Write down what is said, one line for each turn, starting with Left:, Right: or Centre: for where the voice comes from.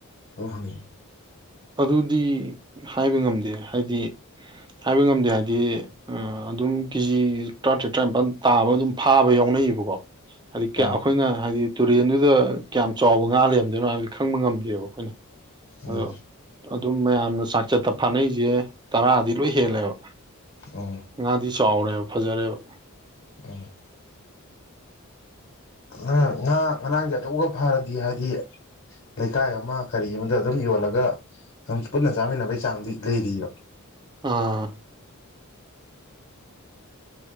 Left: ꯑꯗꯨ ꯍꯪꯅꯤꯡꯉꯤ꯫
Right: ꯑꯗꯨꯗꯤ ꯍꯥꯏꯕ ꯉꯝꯗꯦ ꯍꯥꯏꯗꯤ ꯍꯥꯏꯕ ꯉꯝꯗꯦ ꯍꯥꯏꯗꯤ ꯑꯗꯨꯝ ꯀꯦꯖꯤ ꯇꯔꯥꯇꯔꯦꯠ ꯇꯔꯥꯅꯤꯄꯜ ꯇꯥꯕ ꯑꯗꯨꯝ ꯐꯥꯕ ꯌꯥꯎꯅꯩꯌꯦꯕꯀꯣ ꯍꯥꯏꯗꯤ ꯀꯌꯥ
Left: ꯎꯝ
Right: ꯑꯈꯣꯏꯅ ꯍꯥꯏꯗꯤ ꯇꯨꯔꯦꯟꯗꯨꯗ ꯀꯌꯥꯝ ꯆꯥꯎꯕ ꯉꯥ ꯂꯩꯔꯝꯗꯣꯏꯅꯣ ꯍꯥꯏꯕꯗꯤ ꯈꯪꯕ ꯉꯝꯗꯦꯕ ꯑꯩꯈꯣꯏꯅ꯫ ꯑꯗꯣ
Left: ꯎꯝ꯫
Right: ꯑꯗꯨꯝ ꯃꯌꯥꯝꯅ ꯆꯥꯛꯆꯠꯇ ꯐꯥꯅꯩꯁꯦ ꯇꯔꯥꯗꯤ ꯂꯣꯏ ꯍꯦꯜꯂꯦꯕ꯫
Left: ꯑꯣ꯫
Right: ꯉꯥꯗꯤ ꯆꯥꯎꯔꯦꯕ ꯐꯖꯔꯦꯕ꯫
Left: ꯎꯝ꯫ ꯎꯝ ꯉꯥ ꯉꯟꯥꯟ ꯑꯆꯧꯕ ꯑꯃ ꯐꯥꯔꯗꯤ ꯍꯥꯏꯗꯤ ꯂꯩꯀꯥꯏ ꯑꯃ ꯀꯔꯤ ꯑꯃꯗ ꯑꯗꯨꯝ ꯌꯣꯜꯂꯒ ꯑꯗꯨꯝ ꯄꯨꯟꯅ ꯆꯥꯃꯤꯟꯅꯕꯩ ꯆꯥꯡꯗꯤ ꯂꯩꯔꯤꯕ <unintelligible>
Right: ꯑꯥ